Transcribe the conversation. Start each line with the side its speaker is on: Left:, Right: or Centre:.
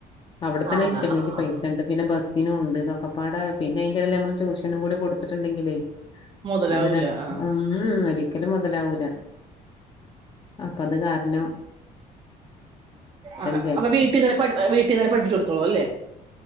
Left: അവ്ടെത്തന്നെ
Right: ആണ
Left: ഇഷ്ടമായ്രി
Right: ആ ആ
Left: പൈസണ്ട്
Right: ആ.
Left: പിന്നെ ബസ്സിനൂണ്ട് ഇതൊക്കെപ്പാടെ പിന്നെ അയ്ന്റെടേൽ ഞമ്മള് ടൂഷനും കൂടി കൊട്ത്ത്ട്ട്ണ്ടെങ്കിലേ
Right: മുതലാവൂല
Left: നല്ല രസ്
Right: ആ
Left: ഉം ഹും ഒരിക്കലും മൊതലാവൂലാ അപ്പ അത് കാര്നം
Right: അഹ്
Left: വിചാരിച്ചു
Right: അപ്പ വീട്ടീന്നെന്നെ പട് വീട്ടീന്നെന്നെ പഠ്പ്പിച്ചൊട്ത്തോളു അല്ലേ